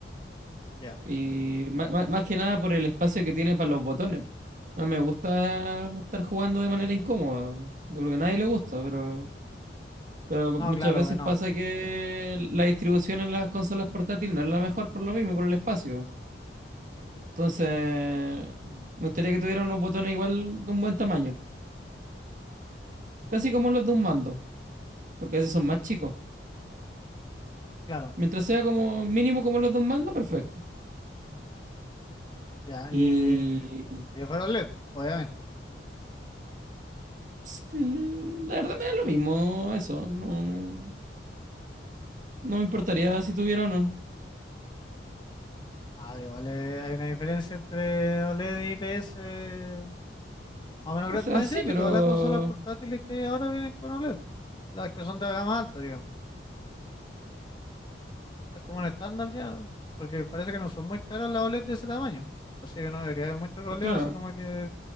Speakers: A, on the left; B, on the right.
A: Ya,
B: Y ma- ma- más, que nada por el espacio que tiene para los botones. No me gusta estar jugando de manera incómoda. Yo creo que a nadie le gusta, pero, pero
A: no,
B: muchas
A: claro
B: veces
A: que no,
B: pasa que la distribución en las consolas portátiles no es la mejor por lo mismo, por el espacio. Entonces, me gustaría que tuviera unos botones igual de un buen tamaño. Casi como los de un mando. porque a veces son más chicos.
A: claro,
B: Mientras sea como mínimo como los dos mandos, perfecto.
A: ya,
B: Y
A: y, y fuera OLED, obviamente.
B: ps, mm, la verdad me da lo mismo eso, no, no me importaría si tuviera o no.
A: Ah, pero igual eh, hay una diferencia entre OLED y IPS Más o menos
B: O
A: gratis.
B: sea,
A: Más
B: sí,
A: decían que
B: pero
A: todas las consolas portátiles que hay ahora vienen con OLED, las que son de gama alta, digamos. Es como un estándar ya, porque parece que no son muy caras las OLED de ese tamaño. Así que no debería haber mucho problema,
B: claro.
A: así como que